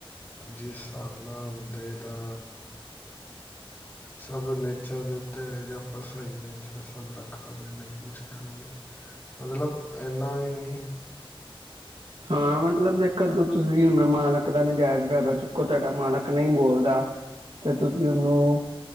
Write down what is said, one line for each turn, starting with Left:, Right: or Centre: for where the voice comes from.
Left: ਜਿਸ ਸਾਬ ਨਾਲ ਬੰਦੇ ਦਾ ਸਭ ਨੇਚਰ ਦੇ ਉੱਤੇ ਜੇ ਆਪਾਂ ਸਹੀ ਨੇਚਰ ਸਭ ਰੱਖਾਂਗੇ ਨਹੀਂ ਕੁਛ ਕੈਣਗੇ ਮਤਲਬ ਐਨਾ ਵੀ ਨੀ
Right: ਹਾਂ ਮਤਲਬ <unintelligible> ਤੁਸੀਂ ਹਣ ਮੈਂ ਮ ਦਾ ਨਾਜਾਇਜ਼ ਫੈਦਾ ਚੁੱਕੋ ਤੁਹਾਡਾ ਮਾਲਕ ਨਹੀਂ ਬੋਲਦਾ ਤੇ ਤੁਸੀਂ ਉਹਨੂੰ